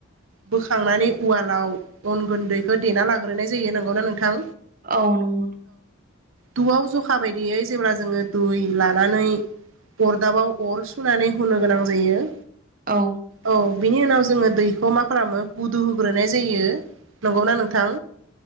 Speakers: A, on the right; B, on the right.
A: बोखांनानै उवालाव अन गुन्दैखौ देना लाग्रोनाय जायो नंगौना नोंथां।
B: औ नंगौ।
A: द'आव जखा बायदियै जेब्ला जोङो दै लानानै अरदाबाव अर सुनानै होनो गोनां जायो।
B: औ।
A: औ बिनि उनाव जोङो दैखौ मा खालामो फुदुं होग्रोनाय जायो। नंगौना नोंथां?